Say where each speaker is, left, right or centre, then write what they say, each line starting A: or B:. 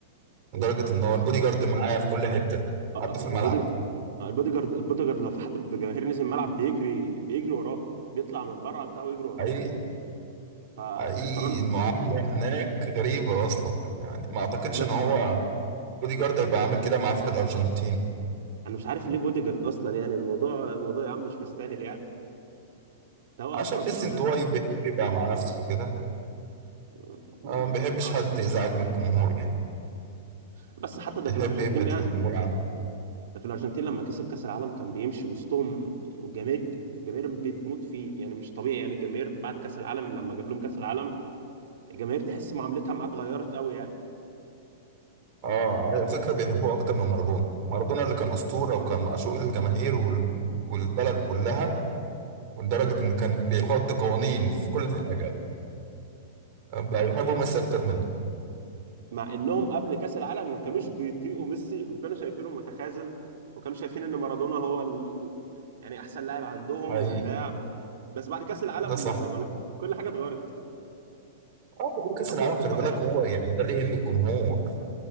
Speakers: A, on the right (about 50°); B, on the right (about 70°).
A: لدرجة
B: إيه، هو
A: إن هو
B: يخ-
A: البودي
B: آه،
A: جارد معاه في كل حتة
B: آه،
A: حتى في
B: البودي-
A: الملعب
B: آه، البودي جارد البودي جارد لو في حد من الجماهير نزل الملعب بيجري بيجري وراه بيطلع من بره بتاعه ويجري وراه
A: حقيقي
B: فلو
A: حقيقي
B: كمان
A: المعاملة هناك غريبة أصلا يعني ما أعتقدش
B: انا
A: إن هو بودي جارد هيبقى عامل كده معاه في الأرجنتين
B: انا مش عارف ليه بودي جارد اصلا يعني الموضوع الموضوع يا عم مش مستاهل يعني ده هو
A: عشان
B: اصلا في
A: ميسي
B: الارجنتين
A: انطوائي بيحب يبقى مع نفسه كده
B: اه
A: آه، ما بيحبش
B: آه،
A: حد يزعج
B: ممكن
A: من الجمهور يعني
B: بس حتى ده
A: بيحب
B: في الارجنتين
A: يبعد
B: يعني
A: الجمهور عنه
B: ده في الارجنتين لما كسب كاس العالم كان بيمشي وسطهم والجماهير الجماهير بتموت فيه يعني مش طبيعي يعني الجماهير بعد كاس العالم لما جاب لهم كاس العالم الجماهير تحس معاملتها معاه اتغيرت قوي يعني
A: اه على فكرة بيحبوه اكتر من مارادونا مارادونا اللي كان اسطورة وكان معشوق الجماهير وال- والبلد كلها ولدرجة ان كان بيحط قوانين في كل حاجة بقى يحبوا
B: مع ان
A: ميسي اكتر منه
B: مع انهم قبل كاس العالم ما كانوش بيطيقوا ميسي وكانوا شايفينه متخاذل وكانوا شايفين ان مارادونا هو ال... يعني احسن لاعب عندهم
A: حقيقي
B: وبتاع بس بعد كاس العالم
A: ده صح
B: زي ما بقول لك كل حاجه اتغيرت
A: اه وكأس
B: وجاب
A: العالم
B: لهم كوبا
A: خلي بالك
B: كمان
A: هو يعني ده اللي يهم الجمهور